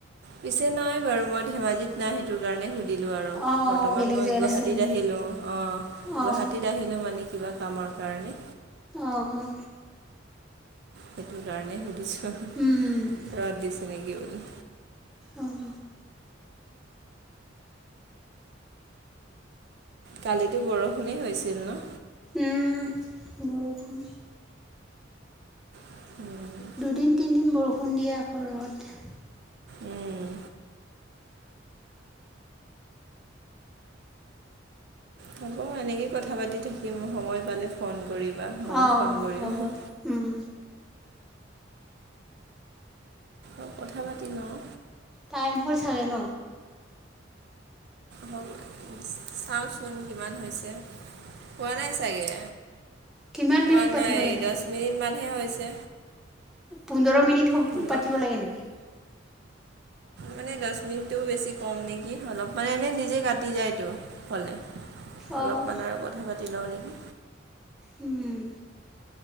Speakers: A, on the right; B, in the centre.
A: পিছে নাই বাৰু মই ধেমাজিত নাই সেইটো কাৰণে সুধো দিলো আৰু।
B: অঁ
A: বৰ্তমান
B: বেলেগ
A: মই
B: জেগাত
A: গুৱাহাটীত
B: আছে মানে
A: আহিলো, অ গুৱাহাটীত
B: অঁ
A: আহি মানে কিবা কামৰ কাৰণে
B: অ অ
A: সেইটো কাৰণেই সুধিছোঁ,
B: অঁ
A: ৰদ দিছে নেকি বুলি?
B: অহ
A: কালিতো বৰষুণেই হৈছিল ন?
B: উম, বৰষুণ
A: উম
B: দুদিন তিনিদিন বৰষুণ দিয়ে আকৌ ৰ'দ।
A: উম। হ'ব এনেকয়ে কথা পাতি থাকিম, সময় পালে ফোন কৰিবা ময়ো
B: অঁ
A: ফোন কৰিম।
B: হ'ব উম
A: অ কথা পাতি লওঁ
B: টাইম হ'ল চাগে ন?
A: হল, চাওঁচোন কিমান হৈছে হোৱা নাই চাগে
B: কিমান
A: হোৱা
B: মিনিট পাতিব
A: নাই
B: লাগে
A: দহ মিনিট মানহে হৈছে।
B: পোন্ধৰ মিনিট
A: পোন্ধৰ
B: পাতিব লাগে নেকি?
A: মানে দহ মিনিটটোও বেছি কম নেকি? অলপ মানে এনেই নিজে কাটি যায়তো হ'লে
B: অঁ
A: অলপমান আৰু কথা পাতি লওঁ নেকি?
B: উম,